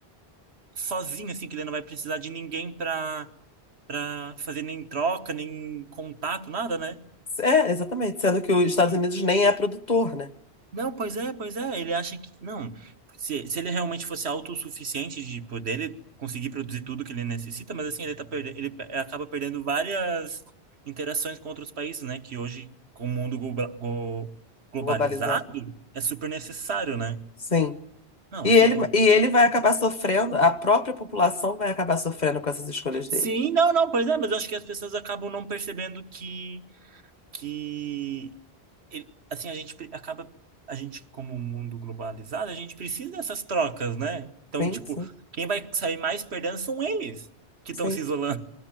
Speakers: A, on the right (about 80°); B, on the left (about 45°).
A: sozinho, assim, que ele não vai precisar de ninguém pra, pra fazer nem troca, nem contato, nada, né?
B: É, exatamente. Sendo que os Estados
A: Não,
B: Unidos nem é produtor, né?
A: não, pois é, pois é. Ele acha que. Não. Se, se ele realmente fosse autossuficiente de poder, ele conseguir produzir tudo que ele necessita, mas assim, ele tá perdendo, ele pe- acaba perdendo várias interações com outros países, né? Que hoje, com o mundo globa- go- globalizado,
B: Globalizado.
A: é super necessário, né?
B: Sim.
A: Não,
B: E
A: eu fico.
B: ele, e ele vai acabar sofrendo, a própria população vai acabar sofrendo com essas escolhas
A: Sim,
B: dele.
A: não, não, pois é, mas eu acho que as pessoas acabam não percebendo que, que ele- assim, a gente pre- acaba, a gente, como um mundo globalizado, a gente precisa dessas trocas, né? Então,
B: Sim,
A: tipo,
B: sim,
A: quem vai sair mais perdendo são eles que
B: sim,
A: estão se isolando.